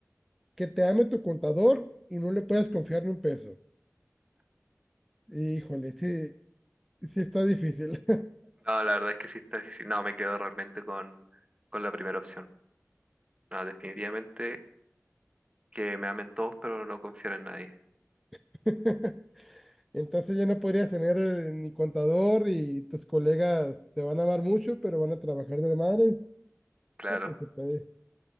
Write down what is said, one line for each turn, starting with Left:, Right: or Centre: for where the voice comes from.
Centre: Que te ame tu contador y no le puedas confiar ni un peso. Híjole, sí, sí está difícil.
Right: No, la verdad es que sí está difícil. No, me quedo realmente con, con la primera opción. No, definitivamente que me amen todos, pero no confiar en nadie.
Centre: <laughs> Entonces ya no podrías tener eh, ni contador y tus colegas te van a amar mucho, pero van a trabajar de madre.
Right: Claro.
Centre: No, pues se puede,